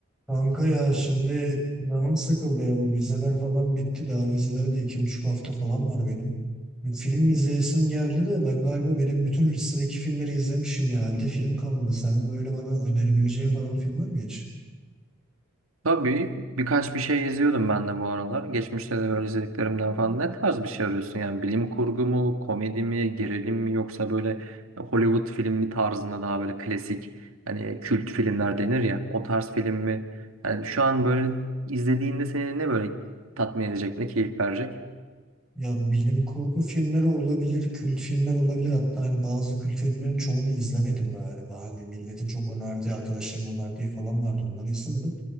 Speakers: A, in the centre; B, on the right (about 80°).
A: Kanka ya şimdi canım sıkıldı ya bu vizeler falan bitti daha vizeler de iki buçuk hafta falan var benim. Bir Film izleyesim geldi de ben galiba benim bütün listedeki filmleri izlemişim ya halde film kalmadı. Sen böyle bana önerebileceğin falan film var mı hiç?
B: Tabii birkaç bir şey izliyordum ben de bu aralar. Geçmişte de böyle izlediklerimden falan. Ne tarz bir şey arıyorsun? Yani bilim kurgu mu, komedi mi, gerilim mi yoksa böyle Hollywood filmi tarzında daha böyle klasik hani kült filmler denir ya o tarz film mi? Yani şu an böyle izlediğinde seni ne böyle tatmin edecek, ne keyif verecek?
A: Ya bilim kurgu filmleri olabilir, kült filmler olabilir. Hatta hani bazı kült filmlerin çoğunu izlemedim galiba. Hani milletin çok önerdiği, arkadaşlarımın önerdiği falan vardı. Onları izlemedim.